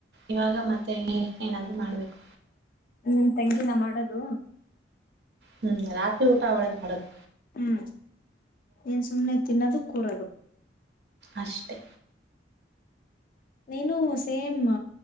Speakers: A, on the right (about 65°); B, on the left (about 50°).
A: ಇವಾಗ ಮತ್ತೆ ಏನಾದ್ರು ಮಾಡ್ಬೇಕು
B: ನಿಮ್ ತೆಂಗಿನ ಮಾಡೋದು
A: ಹ್ಮ್ ರಾತ್ರಿ ಊಟಾ ಅವಳೇ ಮಾಡೋದು
B: ಹ್ಮ್ ಏನ್ ಸುಮ್ನೆ ತಿನ್ನೋದು ಕೂರೋದು
A: ಅಷ್ಟೇ
B: ನೀನು ಸೇಮ್